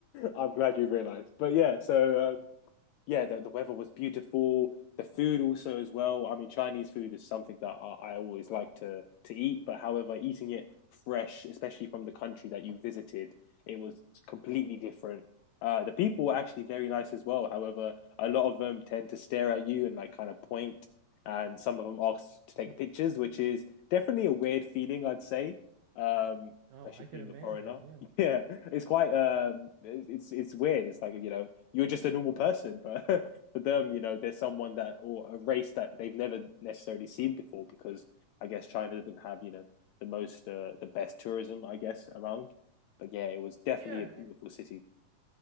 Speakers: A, on the left; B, on the right.
A: I'm glad you realized. But yeah, so um, yeah, the, the weather was beautiful. The food also as well. I mean, Chinese food is something that I, I always like to to eat. But however, eating it fresh, especially from the country that you visited, it was completely different. Uh, the people were actually very nice as well. However, a lot of them tend to stare at you and like kind of point, and some of them ask to take
B: <laughs>
A: pictures, which is definitely a weird feeling, I'd say. Um,
B: oh,
A: especially
B: I can
A: being
B: imagine.
A: a foreigner.
B: Yeah.
A: <laughs> Yeah, it's quite um, it's it's weird. It's like you know, you're just a normal person. But <laughs> for them, you know, there's someone that or a race that they've never necessarily seen before because I guess China doesn't have you know the most uh, the best tourism I guess around. But yeah, it was definitely
B: Yeah,
A: a beautiful
B: eh,
A: city.